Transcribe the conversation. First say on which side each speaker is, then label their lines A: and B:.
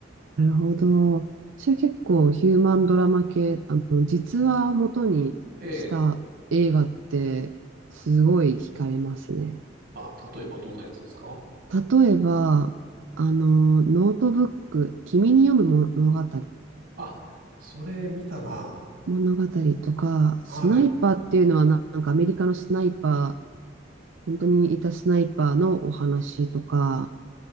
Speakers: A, on the right; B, on the right.
A: なるほど。私は結構ヒューマンドラマ系、あの、実話を元にした映画ってすごい惹かれますね。
B: ええ。あ、例えばどんなやつですか
A: 例えば、あの、ノートブック、君に読む物語、
B: あ、それ見たな。
A: 物語とか、
B: はい。
A: スナイパーっていうのはななんかアメリカのスナイパー、本当にいたスナイパーのお話とか、